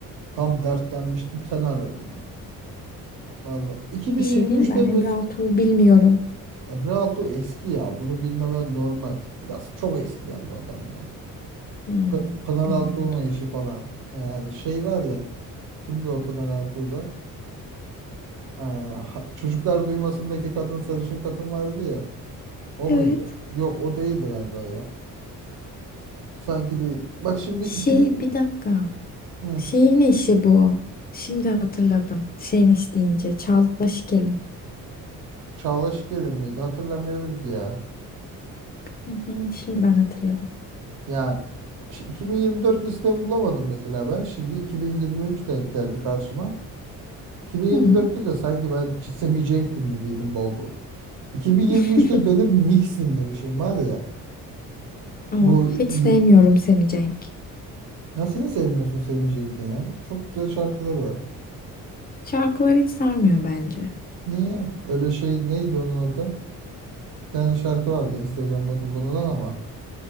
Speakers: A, on the right; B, on the left.
A: Tam dertlenmiştim sen aradın. Valla 2023'te
B: bir şey diyeyim mi ben
A: mi?
B: Emre Altuğ'u bilmiyorum.
A: Emre Altuğ eski ya. Bunu bilmemen normal. Biraz çok eskiler bu adam ya.
B: Hmm,
A: P- Pınar
B: bilmiyordum.
A: Altuğ'un eşi falan. Yani şey var ya. Kimdi o Pınar Altuğ'da? Ee, ha- Çocuklar Duymasındaki kadın sarışın kadın vardı ya. O
B: Evet.
A: muydu? Yok o değildi galiba ya. Sanki değil. Bak şimdi
B: Şey
A: 2000...
B: bir dakika.
A: Hı.
B: Şeyin eşi bu. Şimdi hatırladım. Şeyin eşi deyince. Çağla Şikel'in.
A: Çağlaş Gelin miydi? Hatırlamıyorum ki ya.
B: Hı hı, şimdi ben hatırladım.
A: Ya ş- 2024 listemi bulamadım mesela ben. Şimdi 2023 denk geldi karşıma. 2024'te
B: Hı.
A: de sanki ben C- Semih Cenk dinlediydim bol bol. 2023'te
B: <laughs>
A: benim mix dinlemişim var ya.
B: Of,
A: Bu
B: hiç
A: l-
B: sevmiyorum Semih Cenk.
A: nasıl ne sevmiyorsun Semih Cenk'in ya? Çok güzel şarkıları var.
B: Şarkılar hiç sarmıyor bence.
A: Niye? Böyle şey neydi onun adı? Bir tane şarkı vardı Instagram'da kullanılan ama